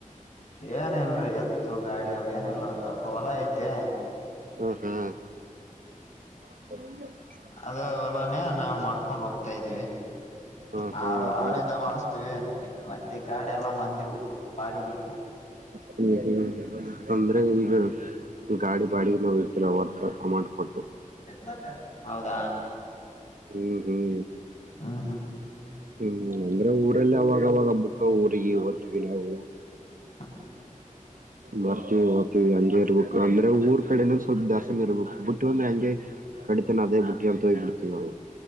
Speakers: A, on the left; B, on the right.
A: ಏನ ಇಲ್ರರಿ ಎತ್ತು ಗಾಡಿ ಅವ ಏನ ಇಿಲ್ಲ ಸ್ವಲ್ಪ ಹೊಲ ಐತಿ
B: ಹ್ಮ ಹ್ಮ್ ಹ
A: ಅದ ಹೊಲಾನ ನಾವು ಮಾಡ್ಕೊಂಡ್ ಹೋಗ್ತಾ ಇದ್ದೀವಿ
B: ಹ್ಮ್
A: ಹಾಳು
B: ಹ್ಮ್
A: ಹಾಳಿಂದ ಮಾಡಿಸ್ತೆವಿ ಮತ್ತೆ ಗಾಡಿ ಎಲ್ಲಾ ಮಂದಿವು ಬಾಡಿಗೆ
B: ಹ್ಮ್ಮ ಅಂದ್ರೆ ಈಗ ಗಾಡಿ ಬಾಡಿ ನವು <inaudible> ಇರೋವರ್ತ್ತು ಅಮೌಂಟ್ ಕೊಟ್ಟು
A: <inaudible> ಹೌದ
B: ಹ್ಮ್ ಹ್ಮ್
A: ಹ ಹ್ಮ
B: ಹ್ಮ್ ಅಂದ್ರೆ ಊರಲ್ಲಿ ಅವಾಗವಾಗ ಬುಕ್ಕ ಊರಿಗೆ ಓತವಿ ನಾವು
A: ಹಾ
B: ಬರ್ಕ <unintelligible> <unintelligible> ಹಂಗೆ ಇರ್ಬೇಕು ಅಂದ್ರೆ ಊರ್ ಕಡೆ ಸ್ವಲ್ಪ ದ್ಯಾಸನ ಇರ್ಬೇಕು ಬಿಟ್ಟು ಅಂದ್ರೆ ಹಂಗೆ ಕಡಿತೆ ಅದೇ ಬುಕ್ ಏಂತ <inaudible> ತೋಗ್ಿಡ್ತೀವಿವಾಗ